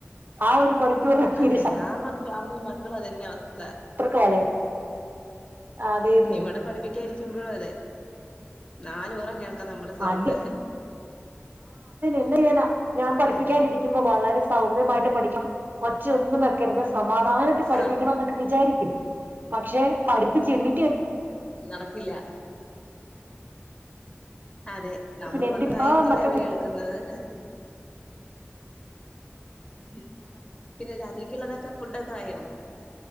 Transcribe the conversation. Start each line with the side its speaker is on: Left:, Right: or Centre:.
Right: ആ ഒരു മണിക്കൂർ <unintelligible>
Left: അതെല്ലാ <unintelligible> മക്കളും അതന്നെ അവസ്ഥ
Right: ശത്രുക്കളാ ഞ അതേന്നെ
Left: ഇവിടെ പഠിപ്പിക്കാനിരിക്കുമ്പോഴും അതെ നാലപുറം കേൾ ഇക്ക നമ്മുടെ സൗണ്ട്
Right: അടി എന്ത്യ്യാനാ ഞാൻ പഠിപ്പിക്കാനിരിക്കുമ്പോ
Left: അതെ
Right: വളരെ സൗമ്യമായിട്ട് പഠിക്കും ഒച്ച ഒന്നും വെക്കരുത് സമാധാനത്തിൽ പഠിപ്പിക്കണം
Left: ആഹ്
Right: എന്നൊക്കെ വിചാരിക്കും പക്ഷെ പഠിപ്പിച്ചിണ്ണി
Left: നടക്കില്ല അതെ നമ്മള്
Right: പിന്നെ എന്റെ
Left: പറഞ്ഞതായിരിക്കില്ല
Right: ആഹ്
Left: അവര് കേൾക്കുന്നത് ഉം പിന്നെ രാത്രിക്കുള്ളതൊക്കെ ഫുഡൊക്കെ ആയോ